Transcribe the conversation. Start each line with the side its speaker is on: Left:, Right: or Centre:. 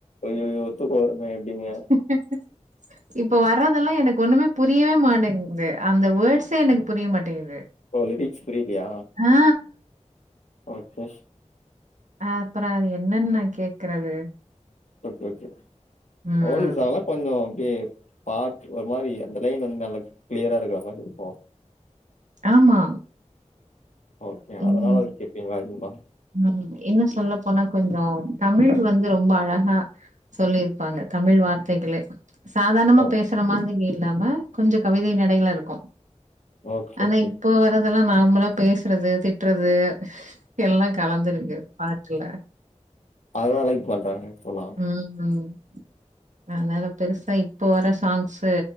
Left: ஐய்யயோ ஒத்து போறம எப்டிங்க
Right: ஹ இப்ப வர்றதெல்லா எனக்கு ஒண்ணுமே புரியவே மாட்டேங்குது அந்த வேர்ட்ஸே எனக்கு புரிய மாட்டேங்குது
Left: ஓ லிரிக்ஸ் புரியலா
Right: ஆ
Left: ஓகே
Right: அ அப்பற அது என்னன்னு நா கேக்குறது
Left: ஓகே ஓகே
Right: ம்
Left: ஓல்டு சாங்க கொஞ்ச அப்டியே பார்ட் ஒரு மாரி அந்த லைன் வந்து நல்லா கிளியரா இருக்குற மாரி இருக்கு
Right: ஆமா
Left: ஓகே
Right: ம்
Left: அதனால அது கேட்டீங்களா இருந்தா
Right: ம் இன்னு சொல்ல போனா கொஞ்சோ தமிழ் வந்து ரொம்ப அழகா சொல்லியிருப்பாங்க தமிழ் வார்த்தைகளே சாதாரணமா
Left: ஓ
Right: பேசுற மாதிரி இல்லாம கொஞ்சோ கவிதை நடையில இருக்கு
Left: ஓகே
Right: ஆனா
Left: ஓகே
Right: இப்போ வர்றதெல்லா நார்மலா பேசுறது திட்டுறது எல்லா கலந்துருக்கு பாட்டுல
Left: அதுதா லைக் பண்றாங்க இப்போல்லா
Right: ம் அதனால பெருசா இப்போ வர சாங்ஸூ